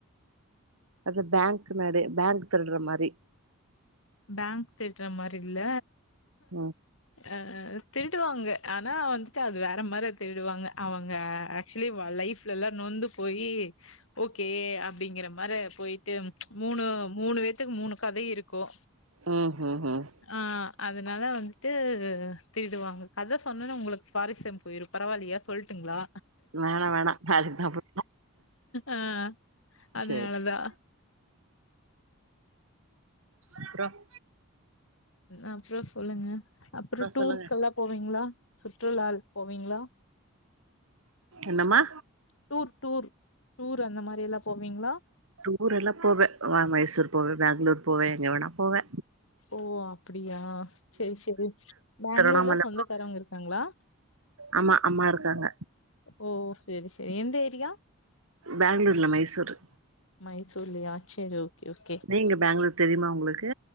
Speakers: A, on the right; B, on the left.
A: அது பேங்க் மாரி பேங்க் திருட்ற மாரி
B: பேங்க் திருட்ற மாரி இல்ல
A: ம்
B: அ திருடுவாங்க ஆனா வந்துட்டு அது வேற மாரி அது திருடுவாங்க அவுங்க ஆக்சுவலி லைஃப்ல எல்லா நொந்து போயி ஓகே அப்டிங்குற மாரி போயிட்டு மூணு மூணு பேத்துக்கு மூணு கதை இருக்கும்
A: ம் உம் உம்
B: ஆ அதனால வந்துட்டு திருடுவாங்க கதை சொன்னனே உங்களுக்கு பாரிபென்ஸ் போயிரும் பரவாயில்லையா சொல்ட்டுங்களா
A: வேணா வேணா அதுக்கு நா போய்
B: ஆ அதுனாலதா
A: சேரி சேரி அப்றோம்
B: என்னாச்சி சொல்லுங்க அப்புறம் டூருக்கெல்லாம்
A: சொல்லுங்க
B: போனீங்களா சுற்றுலாக்கு போவீங்களா
A: என்னம்மா
B: டூர் டூர் டூர் அந்த மாரியெல்லாம் போவீங்ளா
A: டூர் எல்லாம் போவே அ மைசூர் போவே பெங்ளூர் போவே எங்க வேணா போவே
B: ஓ அப்டியா செரி செரி பெங்ளூர்ல
A: திருவண்ணாமல
B: சொந்தக்காரங்க இருக்காங்களா
A: ஆமா அப் அம்மா இருக்காங்க
B: ஓ செரி செரி எந்த ஏரியா
A: பெங்களூர் இல்ல மைசூரு
B: மைசூர்லயா சேரி ஓகே ஓகே
A: நீங்க பெங்ளூர் தெரியுமா உங்களுக்கு